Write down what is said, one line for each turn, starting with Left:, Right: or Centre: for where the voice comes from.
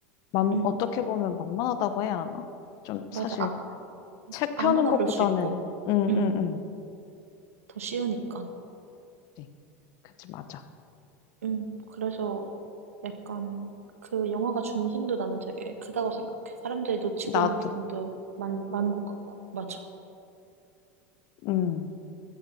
Left: 만,
Right: 응,
Left: 어떻게 보면 만만하다고 해야 하나? 좀
Right: 맞아.
Left: 사실
Right: 아,
Left: 책
Right: 아무나
Left: 펴는 것보다는,
Right: 볼 수 있고,
Left: 응,
Right: 응,
Left: 응, 응.
Right: 더 쉬우니까.
Left: 그치, 그치, 맞아.
Right: 응, 그래서 약간 그 영화가 준 힘도 나는 되게 크다고 생각해. 사람들이 놓치고
Left: 나도,
Right: 있는 부분도 많, 많은 것 같고, 맞아.
Left: 응,